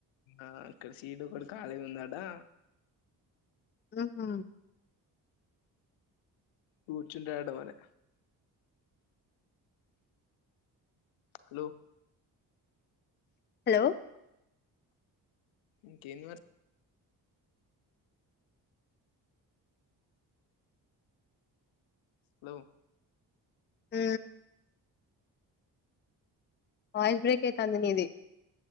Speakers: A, on the left (about 75°); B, on the left (about 25°).
A: ఆ ఇక్కడ సీట్ కూడా ఖాళీగా ఉందాడా
B: ఆహ
A: కూూచుంట అడ మనే హలో
B: హలో
A: ఇకేన్ వ హలో
B: ఆ వాయిస్ బ్రేక్ అయి తందినేది